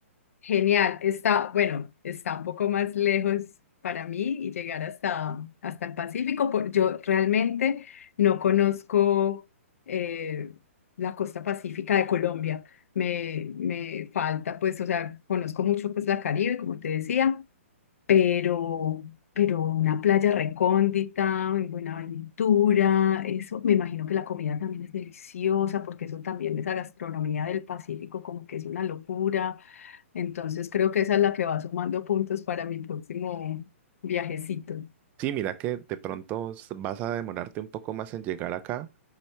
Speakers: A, on the left (about 75°); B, on the right (about 20°).
A: genial. Está, bueno, está un poco más lejos para mí y llegar hasta, hasta el Pacífico. por- yo realmente no conozco eh, la costa pacífica de Colombia. Me, me falta, pues, o sea, conozco mucho pues la Caribe, como te decía pero, pero una playa recóndita, en Buenaventura, eso, me imagino que la comida también es deliciosa, porque eso también, esa gastronomía del Pacífico, como que es una locura. Entonces creo que esa es la que va sumando puntos para mi próximo viajecito.
B: Sí, mira que de pronto s- vas a demorarte un poco más en llegar acá,